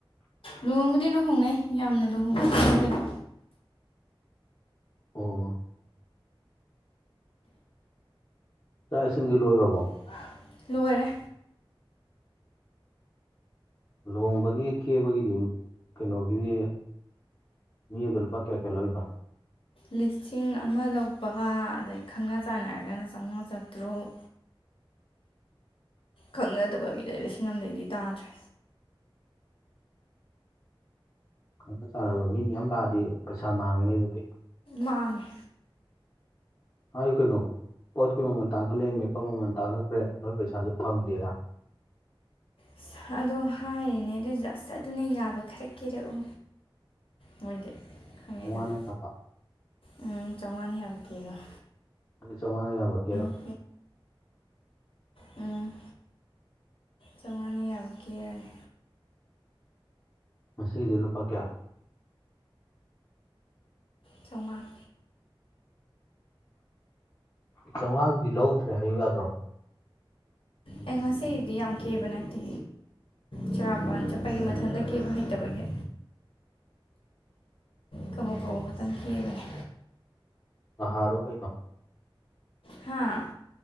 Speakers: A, on the left; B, on the left.
A: ꯂꯨꯍꯣꯡꯕꯨꯗꯤ ꯂꯨꯍꯣꯡꯅꯩ ꯌꯥꯝꯅ ꯂꯨꯍꯣꯡꯅ ꯗꯦꯕ
B: ꯑꯣ ꯆꯥꯛ ꯏꯁꯤꯡꯗꯤ ꯂꯣꯏꯔꯕꯣ
A: <inaudible> ꯂꯣꯏꯔꯦ
B: ꯂꯨꯍꯣꯡꯕꯒꯤ ꯀꯦꯕꯒꯤꯗꯤ ꯀꯩꯅꯣꯒꯤꯗꯤ ꯃꯤ ꯑꯝꯗ ꯂꯨꯄꯥ ꯀꯌꯥ ꯀꯌꯥ ꯂꯧꯔꯤꯕ
A: ꯂꯤꯁꯤꯡ ꯑꯃ ꯂꯧꯕ ꯑꯗꯩ ꯈꯪꯅ ꯆꯥꯟꯅꯔꯒꯅ ꯆꯥꯎꯉꯥ ꯆꯥꯇ꯭ꯔꯨꯛ ꯈꯪꯅꯗꯕ ꯃꯤꯗꯥꯗꯤ ꯂꯤꯁꯤꯡ ꯑꯃꯗꯩꯗꯤ ꯇꯥꯗ꯭ꯔꯦ
B: ꯈꯪꯅ ꯆꯥꯟꯅꯕ ꯃꯤ ꯃꯌꯥꯝ ꯂꯥꯛꯑꯗꯤ ꯄꯩꯁꯥ ꯃꯥꯡꯉꯦꯅꯦ ꯑꯗꯨꯗꯤ
A: ꯃꯥꯡꯉꯦ
B: ꯍꯥꯏ ꯀꯩꯅꯣ ꯄꯣꯠꯀꯤ ꯃꯃꯜ ꯇꯥꯡꯈꯠꯂꯦ ꯃꯦꯀꯞ ꯃꯃꯜ ꯇꯥꯡꯈꯠꯈ꯭ꯔꯦ ꯅꯣꯏ ꯄꯩꯁꯥꯖꯦ ꯐꯪꯗꯦꯅ
A: ꯑꯁ ꯑꯗꯣ ꯍꯥꯏꯔꯦꯅꯦ ꯑꯗꯨꯏꯁꯨ ꯑꯁ ꯑꯗꯨꯅ ꯌꯥꯕ ꯈꯔ ꯀꯦꯔꯛꯎ ꯃꯣꯏꯗꯤ ꯈꯪꯉꯦꯗꯅ
B: ꯆꯥꯝꯃꯉꯥꯅ ꯌꯥꯕ
A: ꯎꯝ ꯆꯥꯎꯉꯥꯅ ꯌꯥꯕ ꯀꯦꯔꫭ
B: ꯑꯗꯨꯗꯤ ꯆꯧꯉꯥꯅ ꯌꯥꯕ ꯀꯦꯔꯣ
A: ꯎꯝ ꯎꯝ ꯆꯧꯉꯥꯅ ꯌꯥꯕ ꯀꯦꯔꯅꯤ
B: ꯉꯁꯤꯒꯤꯗꯤ ꯂꯨꯄꯥ ꯀꯌꯥ
A: ꯆꯧꯉꯥ
B: ꯆꯧꯉꯥꯒꯤꯗꯤ ꯂꯧꯗ꯭ꯔꯦ ꯍꯥꯏꯌꯨ ꯌꯥꯗ꯭ꯔꯣ
A: ꯑꯩ ꯉꯁꯤꯗꯤ ꯌꯥꯝ ꯀꯦꯕ ꯅꯠꯇꯦ ꯆꯨꯔꯥꯀꯨꯔꯣꯟ ꯆꯠꯄꯒꯤ ꯃꯊꯟꯗ ꯀꯦꯕ ꯍꯩꯇꯕꯒꯤ ꯀꯕꯣꯛ ꯀꯕꯣꯛ ꯈꯥꯇꯪ ꯀꯦꯕꯅꯦ
B: ꯑꯍꯔꯣ ꯀꯩ ꯅꯣ
A: ꯍꯥꯥ